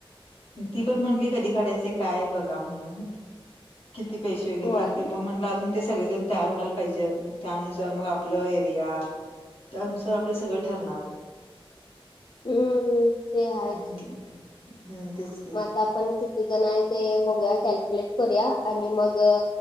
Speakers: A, on the left; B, on the left.
A: ती पण म्हंली कधी काढायचं काय बघा म्हणून किती पैसे वगैरे
B: होय.
A: लागतील मग म्हटलं अजून ते सगळेजण तयार व्हायला पाहिजे मग त्यानुसार मग आपलं एरिया त्यानुसार आपलं सगळ ठरणार
B: हम्म ते आहेच.
A: हम्म
B: की.
A: हम्म तेच की
B: मग आता आपण किती जण आहे ते बघूया कॅल्क्युलेट करूया आणि मग